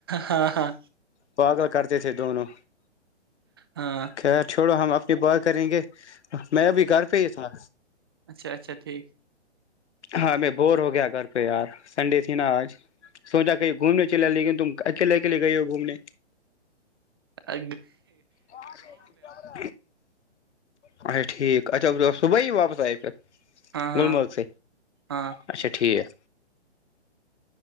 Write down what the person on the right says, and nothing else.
ہاں ہاں
ہاں
اچھا اچھا ٹھیک
ا
ہاں ہاں
ہاں